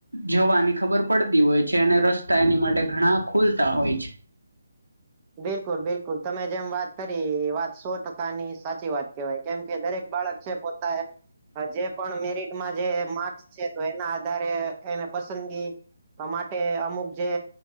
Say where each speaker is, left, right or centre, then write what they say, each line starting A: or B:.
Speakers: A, on the right (about 85°); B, on the right (about 25°).
A: જવાની ખબર પડતી હોય છે અને રસ્તા એની માટે ઘણા ખુલ તા હોય
B: બિલકુલ બિલકુલ તમે જેમ વાત કરી વાત સો ટકા ની સાચી વાત કહેવાય કેમ કે દરેક બાળક છે પોતા હ જે પણ મેરિટમાં જે માર્કસ છે તો એના આધારે એને પસંદગી માટે અમુક જે